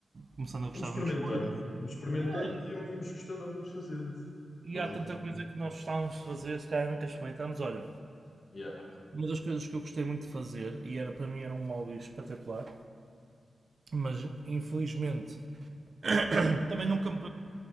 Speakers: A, on the right; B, on the left.
A: começando a gostar
B: Vamos experimentando.
A: de umas coisas.
B: Vamos experimentando
A: É,
B: e é o que vamos gostando, é o que vamos fazendo.
A: e
B: Basicamente.
A: há tanta coisa que nós gostávamos de fazer, se calhar nunca experimentámos. Olha,
B: Yeah.
A: uma das coisas que eu gostei muito de fazer, e era para mim era um hobby espetacular, mas infelizmente <coughs> <clears throat> também nunca me